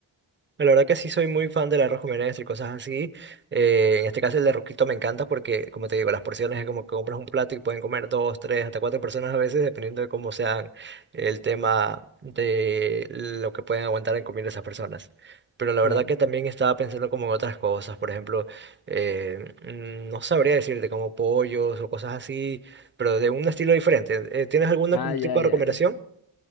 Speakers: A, on the right; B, on the left.
A: La verdad que sí soy muy fan del arroz con menestra y cosas así. Eh, en este caso el de Ruquito me encanta porque, como te digo, las porciones es como que compras un plato y pueden comer dos, tres, hasta cuatro personas a veces, dependiendo de cómo sean el tema de lo que pueden aguantar en comer esas personas. Pero la
B: Claro.
A: verdad que también estaba pensando como en otras cosas, por ejemplo, eh, mm, no sabría decirte como pollos o cosas así, pero de un estilo diferente. Eh, ¿Tienes algún
B: Ah, ya,
A: tipo de
B: ya,
A: recomendación?
B: ya.